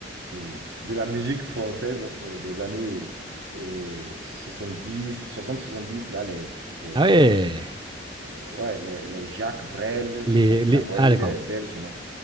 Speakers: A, on the right; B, on the right.
A: de, de la musique française euh, des années euh, soixante soixante dix là, les, les,
B: Ah ouais.
A: les- ouais, les, les Jacques Brel,
B: Les,
A: enfin,
B: les...
A: Jacques Brel,
B: Ah
A: lui,
B: d'accord.
A: il est belge, non?